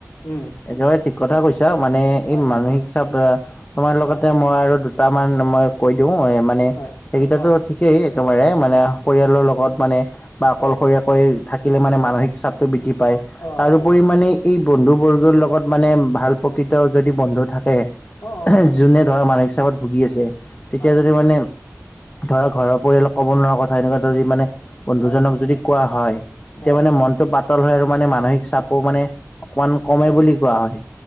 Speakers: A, on the left; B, on the left.
A: উম
B: একেবাৰে ঠিক কথা কৈছ মানে
A: হয়
B: এই মানসিক চাপ এ তোমাৰ লগতে
A: হয়
B: মই আৰু দুটামান মই কৈ দিও এ মানে
A: হয়
B: সেইকেইটাতো
A: অ
B: ঠিকেই একেবাৰে
A: হয়
B: মানে পৰিয়ালৰ লগত মানে বা অকলশৰীয়াকৈ
A: হয়
B: থাকিলে মানে মানসিক চাপটো বৃদ্ধি পায়
A: অ
B: তাৰোপৰি
A: হয় হয়
B: মানে এই বন্ধু বৰ্গৰ লগত মানে ভাল
A: হয়
B: প্ৰকৃত যদি বন্ধু থাকে
A: অ অ হয় হয়
B: যোনে ধৰা মানসিক চাপত ভুগি আছে তেতিয়া
A: হয় হয়
B: যদি মানে ধৰা ঘৰৰ পৰিয়ালক ক'ব নোৱাৰা কথা সেনেকুৱা তই যদি মানে বন্ধুজনক
A: হয়
B: যদি কোৱা হয় তেতিয়া
A: হয়
B: মানে মনটো পাতল হয় আৰু মানে মানসিক চাপো মানে অকমান
A: নিশ্চয়
B: কমে বুলি কোৱা হয়